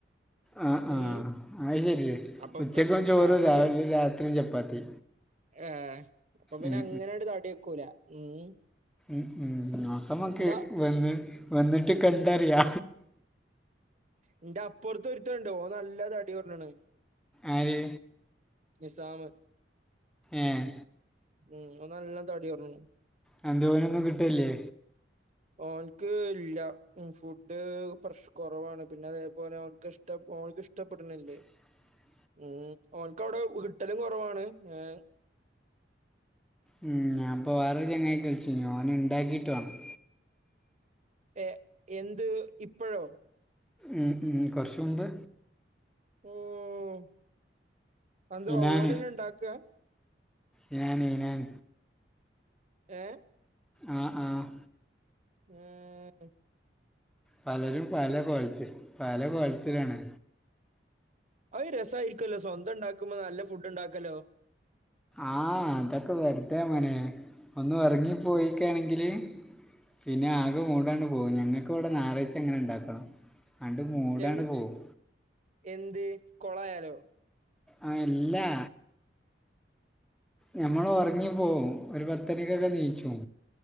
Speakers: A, in the centre; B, on the right.
A: ആഹ
B: ഉം
A: ആഹ അത് ശരിയാ
B: അപ്പൊ
A: ഉച്ചക്കും ചോറും
B: ആഹ് അപ്പൊ
A: രാവിലിം രാത്രിയും ചപ്പാത്തി
B: ആ അപ്പൊ പിന്നെ
A: ഉം
B: അങ്ങനെ ആട്ട് തടി വെക്കൂല ഉം
A: മ് മ് നോക്ക മ്മക്ക്
B: എന്താ
A: വന്ന് വന്നിട്ട് കണ്ടറിയാ
B: ഇന്റെ അപ്പുറത്ത് ഒരുത്തൻണ്ട് ഓ നല്ല തടി കൊറഞ്ണ്
A: ആര്
B: നിസാമ്
A: ഏഹ്
B: ഉം ഓൻ നല്ലോം തടി കൊറഞ്ഞു
A: അതെന്തേ ഓൻ ഒന്നും കിട്ടേല്ലേ
B: ഓൻക്ക് ഇല്ല ഫുഡ് പ്രശ് കുറവാണ് പിന്നെ അതേപോലെ ഓൻക്ക് ഷ്ട്ടം ഓൻക്ക് ഇഷ്ട്ടപെട്ണിലെ
A: <inaudible>
B: ഉം ഓൻക്ക് അവിടെ ഉരുട്ടാൽലും കുറവാണ് ഏ
A: ഉം ഞാൻ ഇപ്പൊ വേറൊരു ചങ്ങായിക്ക് വിളിച്ചിനി ഓൻ ഉണ്ടാക്കിട്ട് വേണം
B: ഏ എന്ത് ഇപ്പഴോ
A: ഉം ഉം കൊറച്ചുമുമ്പ്
B: ഉം അതെന്താ
A: ഇ‌നാൻ
B: ഓലെന്നെ ഇണ്ടാക്കാ
A: ഇ‌നാൻ ഇ‌നാൻ
B: ഏഹ്.
A: ആഹ് ആഹ്
B: മം
A: പലരും പല കോലത്തില് പല കോലത്തിലാണ്.
B: അത് രസായിരിക്കല്ലോ? സ്വന്തം ഇണ്ടാക്കുമ്പോ നല്ല ഫുഡ് ഇണ്ടാക്കല്ലോ?
A: ആഹ അതൊക്കെ വെറ്തെ മനെ ഒന്നു ഒറങ്ങി പോയിക്കാണെങ്കില് പിന്നെ ആകെ മൂടണ്ട് പോവും. ഞങ്ങൾക്കിവിടെ ഞായറായഴ്ച്ച അങ്ങനെ ഇണ്ടാക്കണം. അങ്ങണ്ട് മൂടണ്ട്
B: എങ്
A: പോവും.
B: എന്ത് കൊളായാലോ?
A: ആ എല്ലാ ഞമ്മള് ഉറങ്ങി പോവും. ഒരു പത്തരീക്കൊക്കെ ഇനീച്ചും